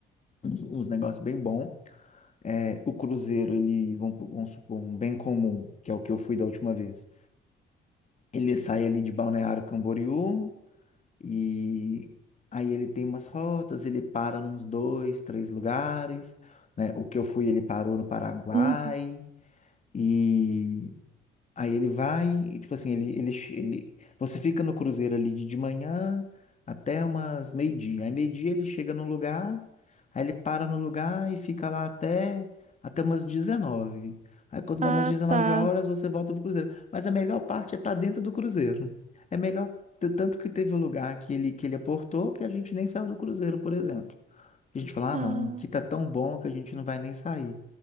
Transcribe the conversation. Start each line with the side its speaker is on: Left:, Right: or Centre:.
Left: uns, uns negócios bem bom. É, o cruzeiro, ele, vamos, vamos supor, um bem comum, que é o que eu fui da última vez. Ele sai ali de Balneário Camboriú, E aí ele tem umas rotas, ele para nos dois, três lugares, né? O que eu fui, ele parou no Paraguai.
Right: Uhum.
Left: E Aí ele vai, e, tipo assim, ele, ele, ele, você fica no cruzeiro ali de de manhã até umas meio-dia. Aí meio-dia ele chega no lugar, aí ele para no lugar e fica lá até, até umas dezenove Aí quando
Right: Ah,
Left: dá umas 19
Right: tá.
Left: horas, você volta pro cruzeiro. Mas a melhor parte é estar dentro do cruzeiro. É melhor, t- tanto que teve um lugar que ele, que ele aportou que a gente nem saiu do cruzeiro, por exemplo. A gente falou, ah,
Right: Ah,
Left: não, aqui tá tão bom que a gente não vai nem sair.